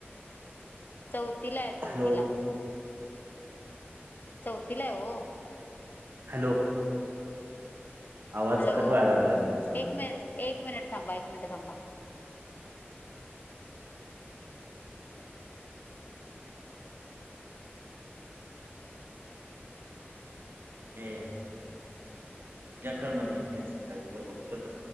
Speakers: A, on the left (about 45°); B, on the right (about 55°).
A: चौथीला आहे चौथीला
B: हॅलो
A: चौथीला हाय ओ
B: हॅलो आवाज
A: हॅलो
B: कटवायला लागलाय तुमचा
A: एक मि एक मिनिट थांबा एक मिनिट थांबा
B: ए उद्या कर म्हणे उद्या सकाळी कर म्हणे